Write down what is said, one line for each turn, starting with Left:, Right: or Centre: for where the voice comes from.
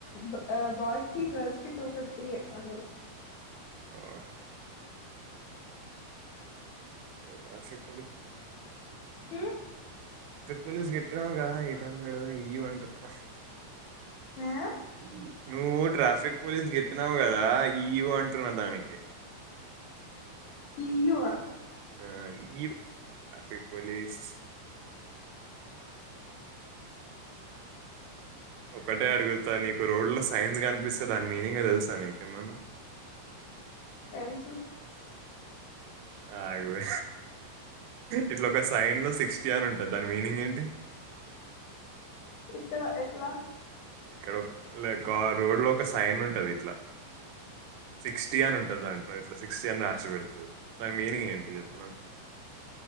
Left: బ బాయ్సకి గర్ల్స్ కి టూ ఫిఫ్టీ ఏ అందరూ
Right: ఆహ్ <unintelligible> ఈ ట్రాఫిక్
Left: మ్మ్
Right: పులీస్ కట్టినావు క ఎయిట్ హండ్రెడ్ ఇయ అంటున్నా
Left: ఆ
Right: ఉమ్ నువ్వు ట్రాఫిక్ పోలీస్ కి చెప్పినావ్ కదా ఈయువో అంటున్నా దానికి
Left: ఈయువ్ ఆ
Right: ఆ ఈయువ్ ట్రాఫక్ పోలీస్ ఒకటే అడుగుతా నీకు రోడ్ లో సైన్స్ కనిపిస్తదా మీనింగ్ తెలుసా నీకేమన్నా
Left: తెల్సు
Right: ఆగు ఇట్లా ఒక సైన్ లో సిక్స్టీ ఆర్ ఉంటుది దాని మీనింగ్ ఏంటి
Left: ఇక్కడ ఎట్లా
Right: ఇక్కడ ఓక్ లేక్ కార్ రోడ్ లో ఒక సైన్ ఉంటది. ఇట్లా సిక్స్టీ అని ఉంటది దాంట్లో ఇట్లా సిక్స్టీఅని రాశిపెడుతరు దాని మీనింగ్ ఏంటి చెప్పు నాకు